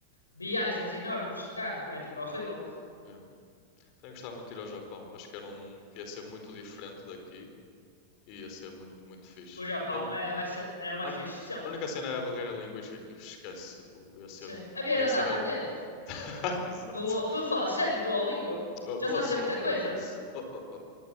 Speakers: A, on the left; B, on the left.
A: viagens enormes de carro. É tipo horrível.
B: Yeah. Tenho gostado muito de ir ao Japão. Acho que era um que ia ser muito diferente daqui e ia ser muito, muito fixe.
A: O Japão
B: A, uni-
A: é, vai ser- era o mais
B: a uni-
A: fixe de sempre.
B: a única cena é a barreira linguística que esquece, tipo, ia ser,
A: Sim. A Bia
B: tinha
A: já
B: que
A: está
B: ser
A: a
B: mesmo.
A: aprender.
B: <laughs> Exato.
A: No, Duo- falar sério no Duolingo.
B: Oh, boa
A: Já sabes
B: sorte
A: dizer muita coisa.
B: com isso. Oh, oh, oh,